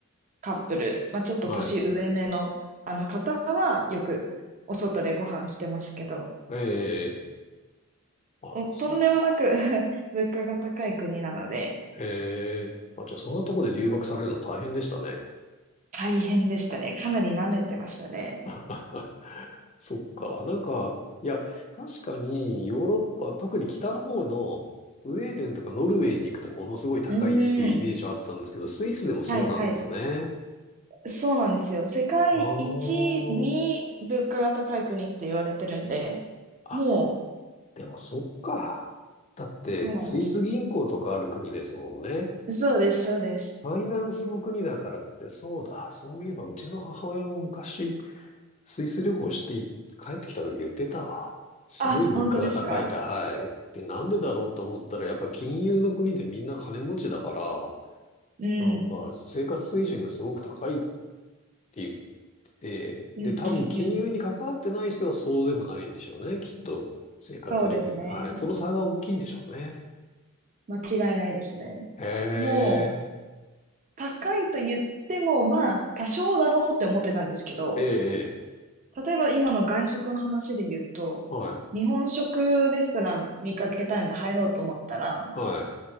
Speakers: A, on the right; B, on the left.
A: カップル、まあ、ちょっと年上めの、
B: はい。
A: あの方はよくお外でご飯してますけど、
B: ええあ、
A: もうとんでもなく
B: そっか。
A: <laughs> 物価が高い国なので、
B: ええあ、じゃあそんなとこで留学されるの大変でしたね。
A: 大変でしたね。かなり舐めてましたね。
B: <laughs> そっか。なんか、いや、確かにヨーロッパ、特に北の方のスウェーデンとかノルウェーに行くとものすごい高いっていうイメージはあったんですけど、
A: うーん。
B: スイスでもそうなんですね。
A: はいはい。そうなんですよ。世界一に物価が高い国って言われてるんで、
B: あーあ、
A: もう、
B: でもそっか。だって、
A: そうなんですよ。
B: スイス銀行とかある国ですもんね。
A: そうです、そうです。
B: ファイナンスの国だからって、そうだ、そういえばうちの母親も昔、スイス旅行して帰ってきた時言ってたわ。すごい物価が高いって、
A: あ、本当ですか
B: はい。で、なんでだろうと思ったら、やっぱ金融の国でみんな金持ちだから、
A: うん。
B: なんか生活水準がすごく高いって言ってて、
A: うん、
B: で、多分金融に関わってない人はそうでもないんでしょうね、
A: うん、うん。
B: きっと。生活レベル。
A: そうですね。
B: はい。その差が大きいんでしょうね。
A: 間違いないですね。
B: へ
A: もう、
B: え、
A: 高いと言っても、まあ、多少だろうって思ってたんですけど、
B: ええ、
A: 例えば今の外食の話で言うと、
B: はい、
A: 日本食レストラン見かけたんで入ろうと思ったら、
B: はい。